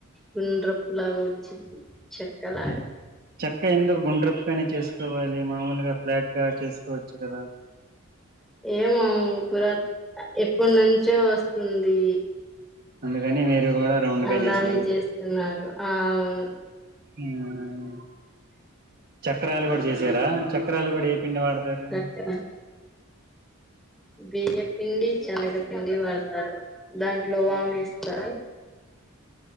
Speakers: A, in the centre; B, on the right (about 45°).
A: గుండ్రప్పు లాగా వచ్చింద్ది చెక్కలాగా
B: చక్క ఎందుకు గుండ్రపుగానే చేసుకోవాలి మామూలుగా ఫ్లాట్ గా చేసుకో చ్చు గదా
A: ఏమో కుర ఎప్పు నుంచో వస్తుంది
B: అందుకని మీరు కూడా రౌండ్ గా
A: అలానే
B: చేశారు
A: చేస్తున్నారు ఆ అవును
B: ఉమ్. చక్రాలు కూడా చేసారా చక్రాలు కూడా పిండి వాడతారు
A: చక్కర బియ్య పిండి శనగపిిండి వాడతారు దాంట్లో వాము వేస్తారు